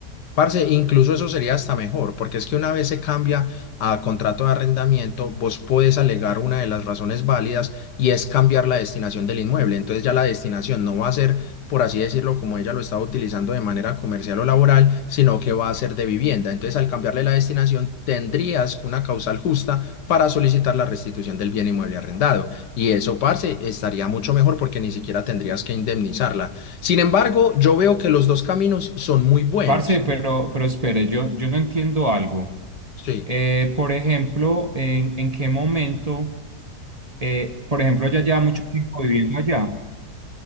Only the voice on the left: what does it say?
Parce, incluso eso sería hasta mejor, porque es que una vez se cambia a contrato de arrendamiento, vos podés alegar una de las razones válidas y es cambiar la destinación del inmueble. Entonces ya la destinación no va a ser, por así decirlo, como ella lo estaba utilizando de manera comercial o laboral, sino que va a ser de vivienda. Entonces al cambiarle la destinación, tendrías una causal justa para solicitar la restitución del bien inmueble arrendado. Y eso, parce, estaría mucho mejor porque ni siquiera tendrías que indemnizarla. Sin embargo, yo veo que los dos caminos son muy buenos.
Sí,